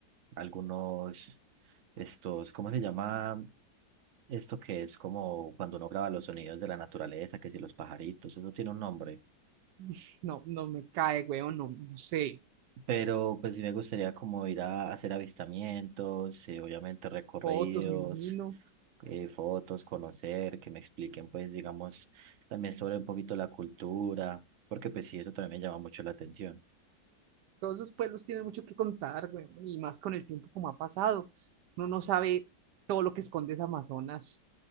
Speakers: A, on the right; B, on the right.
A: algunos, estos, ¿cómo se llama? Esto que es como cuando uno graba los sonidos de la naturaleza, que si los pajaritos, eso tiene un nombre.
B: <laughs> No, no me cae, weón. No, no sé.
A: Pero pues sí me gustaría como ir a hacer avistamientos, eh, obviamente recorridos,
B: Fotos, me imagino.
A: eh, fotos, conocer, que me expliquen pues digamos también sobre un poquito la cultura, porque pues sí, eso también me llama mucho la atención.
B: Todos esos pueblos tienen mucho que contar, weón. Y más con el tiempo como ha pasado. Uno no sabe todo lo que esconde ese Amazonas.